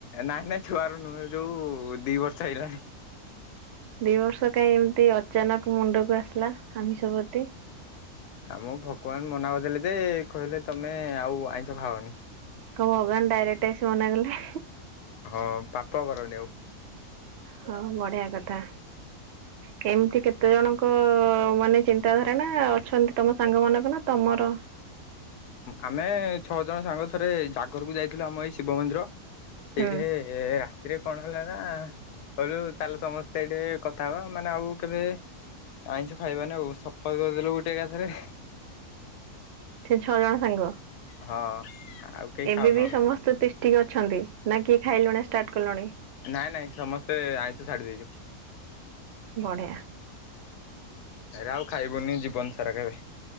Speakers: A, on the left (about 85°); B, on the right (about 60°).
A: ନାଇଁ ନାଇଁ ଛୁଆରୁ ନୁହେଁ ଯୋଉ ଦି ବର୍ଷ ହେଇଲାଣି।
B: ଦି ବର୍ଷ କାଇ ଏମିତି ଅଚାନକ ମୁଣ୍ଡକୁ ଆସିଲା ଆମିଷ ପ୍ରତି?
A: ଆମ ଭଗବାନ ମନା କରିଦେଲେ ଯେ କହିଲେ ତମେ ଆଉ ଆଇଁଷ ଖାଅନି।
B: କଣ ଭଗବାନ ଡାଇରେକ୍ଟ ଆସି ମନାକଲେ?
A: ହଁ ପାପ କରନି ଆଉ।
B: ହଁ ବଢିଆ କଥା। କେମିତି କେତେ ଜଣଙ୍କ ମାନେ ଚିନ୍ତାଧାରା ନା ଅଛନ୍ତି ତମ ସାଙ୍ଗ ମାନଙ୍କ ନା ତମର
A: ଆମେ ଛଅ ଜଣ ସାଙ୍ଗ ଥରେ ଜାଗରକୁ ଯାଇଥିଲୁ ଆମ ଏଇ ଶିବ ମନ୍ଦିର ସେଇଠି
B: ହୁଁ।
A: ଏ ରାତିରେ କଣ ହେଲା ନା କହିଲୁ ଚାଲ ସମସ୍ତେ ଏଠି କଥା ହବା ମାନେ ଆଉ କେବେ ଆଇଁଷ ଖାଇବାନି ଆଉ ଶପଥ କରିଦେଲୁ ଗୋଟେ ଏକାଥରେ।
B: ସେ ଛଅ ଜଣ ସାଙ୍ଗ?
A: ହଁ। ଆଉ କେହି
B: ଏବେ
A: ଖାଉନୁ
B: ବି
A: ଆମେ
B: ସମସ୍ତେ ତିଷ୍ଠିକି ଅଛନ୍ତି ନା କିଏ ଖାଇଲଣି ଷ୍ଟାର୍ଟ କଲଣି?
A: ନାଇଁ ନାଇଁ ସମସ୍ତେ ଆଇଁଷ ଛାଡି ଦେଇେଇଛୁ।
B: ବଢ଼ିଆ।
A: ହେରା ଆଉ ଖାଇବୁନି ଜୀବନ ସାର କେବେ।